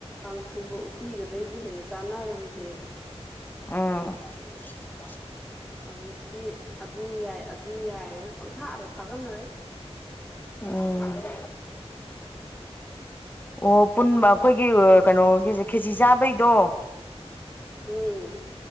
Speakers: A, in the centre; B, on the left.
A: ꯀꯥꯡꯁꯨꯒ ꯎꯠꯇꯤꯒꯗꯩꯕꯨ ꯍꯦꯟꯅ ꯆꯥꯟꯅꯔꯝꯗꯦꯕ
B: INAUDIBLE
A: ꯍꯧꯖꯤꯛꯇꯤ ꯑꯗꯨ ꯌꯥꯏ ꯑꯗꯨ ꯌꯥꯏꯌꯦꯅ ꯄꯪꯊꯥꯗ ꯊꯥꯒꯠꯅꯔꯛꯢ
B: UNINTELLIGIBLE ꯑꯣ ꯄꯨꯟꯕ ꯑꯩꯈꯣꯏꯒꯤ ꯀꯩꯅꯣꯒꯤꯖꯦ ꯈꯦꯆꯤ ꯆꯥꯕꯩꯗꯣ
A: ꯎꯪ